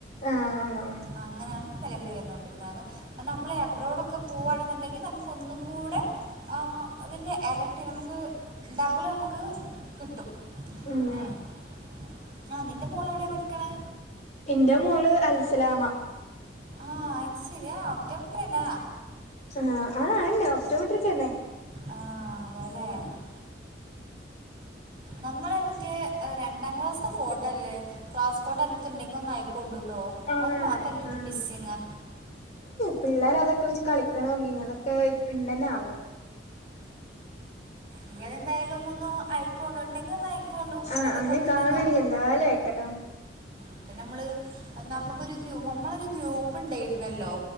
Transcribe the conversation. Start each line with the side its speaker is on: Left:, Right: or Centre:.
Left: ആഹ് ആണോ
Right: അങ്ങനെയാണ് നെലവില് വന്നോണ്ടിരിക്ക്ണത്. അത് നമ്മളെ റോഡൊക്കെ പൂവാന്ന്ണ്ടെങ്കിൽ നമുക്ക് ഒന്നും കൂടെ ആ അതിന്റെ എരട്ടി നമുക്ക് ഡബിൾ നമുക്ക് കിട്ടും.
Left: ഉം
Right: അങ്ങനെയാണ് ആ നിന്റെ മോള് എവിടെ പഠിക്ക്ണേ?
Left: എന്റെ മോള് അൽസലാമ.
Right: ആ അത് ശരി അ ഒപ്റ്റോമെട്രിയെന്നാ
Left: ആ ആ അയെന്നെ ഒപ്റ്റോമെട്രിക്കെന്നെ
Right: ആ അതെ അല്ലേ നമ്മളെ മറ്റേ രണ്ടാം ക്ലാസ്സ്ത്തെ ഫോട്ടോ അല്ലേ ക്ലാസ് ഫോട്ടോ അന്റെ അട്ത്ത് ഇണ്ടെങ്കി ഒന്ന് അയക്കോണ്ടു ട്ടോ
Left: ആഹ്
Right: അത് മാത്ര
Left: ആഹ്
Right: മിസ്സിംങാ
Left: പിള്ളേർ അതൊക്കെ വെച്ച് കളിക്ക്ണെ കണ്ടിനി അതൊക്കെ ഇപ്പം ഇണ്ടെന്നെ ആവോ?
Right: ഇങ്ങനെ എന്തായാലും ഒന്നു ഐ കുടെ ഉണ്ടെങ്കിൽ ഒന്ന് അയക്കൊണ്ട് പിന്നെ
Left: ആ
Right: അതേപോലെ
Left: ഞാൻ
Right: തന്നെ
Left: കാണാണെങ്കി എന്തായാലും അയക്കട്ടോ
Right: ഇപ്പ നമ്മള് നമ്മക്കൊര് ഗ്രൂ നമ്മളെ ഒരു ഗ്രൂപ്പ് ഇണ്ടെയിര്ന്നെല്ലോ?